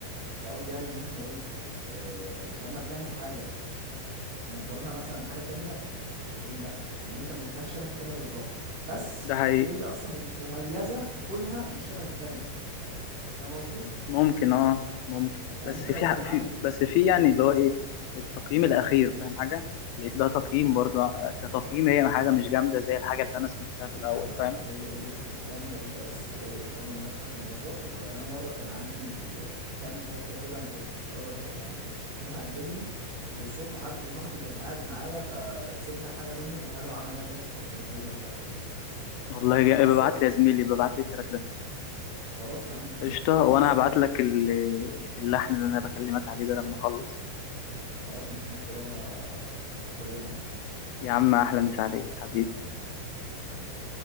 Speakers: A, on the right; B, on the left.
A: فقصدي يعني ان احنا ايه آه لما بنعمل حاجه بنقارنها مثلا بحاجه تانية بنقول لا لان انت ما جبتهاش شبه التانية بالظبط بس
B: ده حقيقي
A: هي اصلا مم- مميزه في كونها مش شبه التانية فاهم قصدي
B: ممكن اه ممكن
A: يعني
B: بس
A: انت لو
B: في
A: سمعت
B: ح- في بس في يعني اللي هو ايه التقييم الاخير فاهم حاجه يعني ده تقييم
A: يا باشا
B: برضه آه، كتقييم هي حاجه مش جامده زي الحاجه اللي انا سمعتها في
A: لا
B: الاول
A: لا
B: فاهم
A: لا هي هي اكيد جامده انت بس ايه ظالم نفسك ما بهزرش والله يعني انا مره كان عندي كام حته كده ما كنتش راضي أش- يعني كنتش ما كانوش عاجبني وبالصدفه حد صاحبي كان قاعد معايا فسمع حاجه منهم وخدها وعمل لها تراك كسر الدنيا وطلع ترند
B: والله جا...
A: بالصدفه
B: ببعت لي يا زميلي ببعت لي التراك ده
A: خلاص يا عم مفيش
B: قشطه
A: مشكله
B: وانا
A: انا بس
B: هبعت
A: بقى
B: لك ال- اللحن اللي انا بكلمك عليه ده لما اخلص
A: خلاص مفيش مشكله وانا هقيمك بقى
B: يا عم احلى مسا عليك حبيبي
A: حبيبي